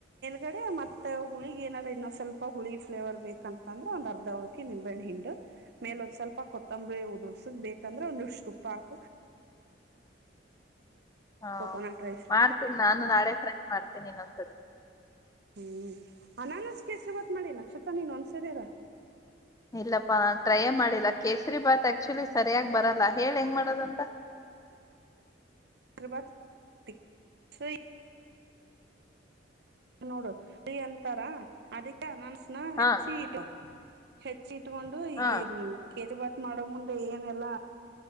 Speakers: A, on the right; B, on the left.
A: ಗಡೆ ಮತ್ತ ಹುಳಿಗೇನಾರ ಇನ್ನೊ ಸ್ವಲ್ಪ ಹುಳಿ ಫ್ಲೇವರ್ ಬೇಕಂತಂದ್ರ್ ಒಂದ್ ಅರ್ ದವಳ್ಕಿ ನಿಂಬೆಣ್ ಹಿಂಡ ಮೇಲ ಒಂದ ಸ್ವಲ್ಪ ಕೊತ್ತಂಬರಿ ಉದುರ್ ಬೇಕಂದ್ರ ಒಂದ್ ಇಷ್ಟು ತುಪ್ಪಾ ಆಕ.
B: ಹಾ
A: ಕೊಕೋನಟ್ ರೈಸ್
B: ಮಾಡ್ತೀನಿ ನಾನು ನಾಳೆ ಟ್ರೈ ಮಾಡ್ತೇನಿ ಇನ್ನೊಂದ್ಸತಿ.
A: ಹ್ಮ್. ಅನಾನಸ್ ಕೇಸ್ರಿಬಾತ್ ಮಾಡೀನ. ಕ್ಷತ ನೀನೊಂದ್ ಸರಿರಾ
B: ಇಲ್ಲಪ್ಪಾ ನಾನ್ ಟ್ರೈೇ ಮಾಡಿಲ್ಲ ಕೇಸರಿ ಬಾತ್ ಆಕ್ಚುಲಿ ಸರಿಯಾಗ್ ಬರಲ್ಲ ಹೇಳ್ ಹೆಂಗ್ ಮಾಡದಂತ.
A: <unintelligible> ನೋಡು <unintelligible> ಅಂತಾರ ಅದಿಕ್ಕೆ ಅನಾನಸ್ ನಾ
B: ಹಾ
A: ಹೆಚ್ಚಿ ಇಟು ಹೆ ಚ್ಚಿ ಇಟ್ಟುಗೊಂಡು ಈ
B: ಹಾ
A: ಮ್ ಕೇಸ್ರಿ ಬಾತ್ ಮಾಡೋ ಮುಂದೆ ಏನೆಲ್ಲ